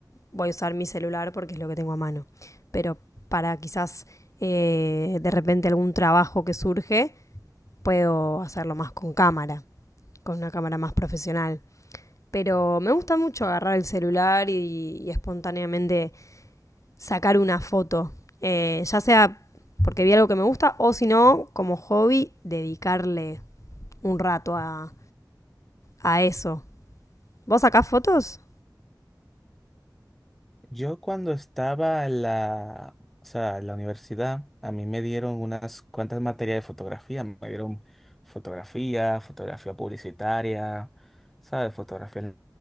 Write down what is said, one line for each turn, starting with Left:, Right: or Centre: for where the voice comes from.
Left: voy a usar mi celular porque es lo que tengo a mano. Pero para quizás eh, de repente algún trabajo que surge, puedo hacerlo más con cámara. con una cámara más profesional. Pero me gusta mucho agarrar el celular y, y espontáneamente sacar una foto. Eh, ya sea porque vi algo que me gusta o si no, como hobby, dedicarle un rato a, a eso. ¿Vos sacás fotos?
Centre: Yo cuando estaba en la, o sea, en la universidad, a mí me dieron unas cuantas materias de fotografía. Me dieron fotografía, fotografía publicitaria, ¿sabes? Fotografía